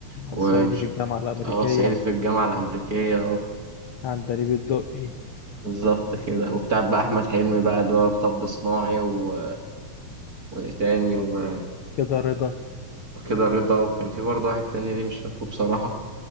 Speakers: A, on the left; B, on the right.
A: على
B: ومش
A: الصعيدي في الجامعة الأمريكية
B: اه صعيدي في الجامعه الامريكيه
A: عندليب الدقي
B: بالظبط كده وبتاع بقى احمد حلمي بقى اللي هو مطب صناعي و... وتاني و...
A: كده رضا
B: وكده رضا وكان في برضه واحد تاني ليه مش فاكره بصراحه